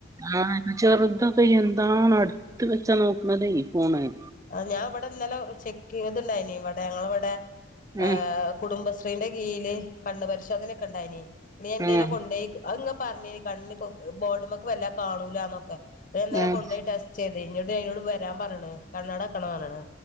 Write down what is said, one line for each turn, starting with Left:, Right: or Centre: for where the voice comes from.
Right: ആ ചെറുത് അത് എന്താന് എടുത്ത് വച്ചത് - നോട്ട മ <unintelligible> ഫോണായി
Left: ആ ഞാൻ ഇവിടെ ഇന്നല ചെക്ക്ത് ഇനി ഇവിടെ ഞങ്ങള ഇവിടെ- ആ
Right: ഉം
Left: കുടുംബ- ശ്രീന്റെ കീഴയില് കണ് പരിശോധനൊക്കെ ഉണ്ടായിന- നീ എൻന്റെ
Right: ഉം
Left: കൊണ്ടോയ്ക്ക അ- പറഞ്ഞി കണ് ബോർഡ്മക്ക് വല്ല കാണൂലന്നൊക്കെ ഞാനില
Right: ഉം
Left: കൊണ്ടൊയി ടെസ്റ്റ് ചെയ്ത് അത ഇഞ്ഞോട് അതിനോട് വരാൻ പറണ് കണ്ണട വയ്ക്കണോന്ന് പറയണ്